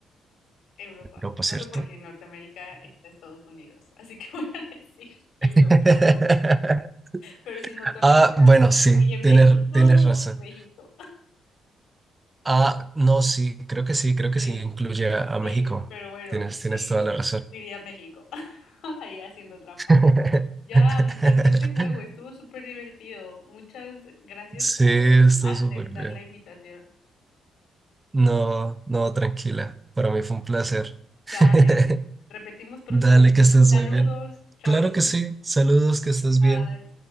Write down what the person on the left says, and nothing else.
Europa.
Solo
porque en Norteamérica está Estados Unidos. Así que <laughs> voy a decir Europa.
Pero si Norteamérica
incluye
México,
México.
Sí,
sí,
pero bueno,
eh,
diría México. <laughs> Ahí haciendo trampa.
Ya, me encantó este juego, estuvo súper divertido. Muchas gracias
por
aceptar
la invitación.
Dale,
repetimos pronto.
Saludos,
chao,
bye.